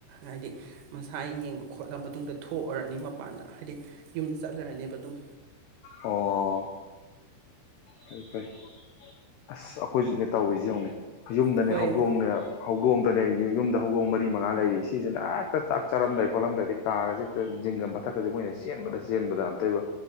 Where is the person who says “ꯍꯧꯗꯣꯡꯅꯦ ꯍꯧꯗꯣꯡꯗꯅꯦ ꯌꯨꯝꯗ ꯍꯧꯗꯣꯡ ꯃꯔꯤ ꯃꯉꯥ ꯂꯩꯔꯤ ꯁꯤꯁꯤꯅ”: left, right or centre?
Left